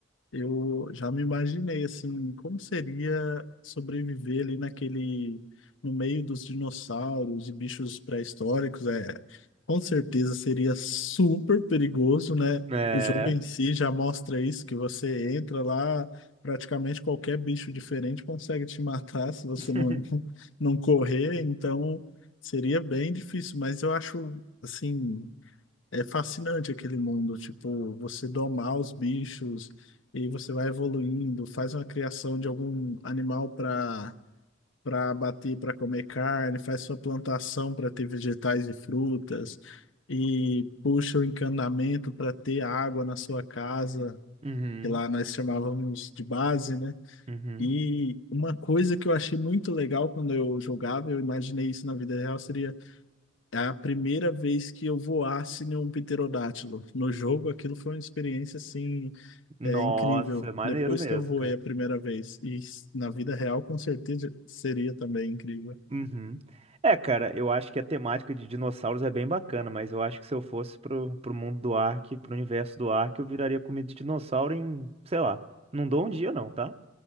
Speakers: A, on the left; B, on the right.
A: Eu já me imaginei assim, como seria sobreviver ali naquele no meio dos dinossauros e bichos pré-históricos, é, com certeza seria super perigoso, né?
B: é.
A: O jogo em si já mostra isso, que você entra lá, praticamente qualquer bicho diferente consegue te <laughs> matar se você
B: <laughs>
A: não <laughs> não correr, então seria bem difícil, mas eu acho assim é fascinante aquele mundo, tipo, você domar os bichos e você vai evoluindo, faz uma criação de algum animal para para abater, para comer carne, faz sua plantação para ter vegetais e frutas e puxa o encanamento para ter água na sua casa,
B: Uhum,
A: que lá nós chamávamos de base, né?
B: uhum.
A: E uma coisa que eu achei muito legal quando eu jogava, eu imaginei isso na vida real, seria é a primeira vez que eu voasse em um pterodátilo. No jogo, aquilo foi uma experiência assim,
B: Nossa,
A: é, incrível.
B: maneiro
A: Depois
B: mesmo,
A: que eu voei
B: cara.
A: a primeira vez. E s- na vida real, com certeza, seria também incrível.
B: Uhum. É, cara, eu acho que a temática de dinossauros é bem bacana, mas eu acho que se eu fosse pro, pro mundo do Ark, pro universo do Ark, eu viraria comida de dinossauro em, sei lá, não dou um dia não, tá?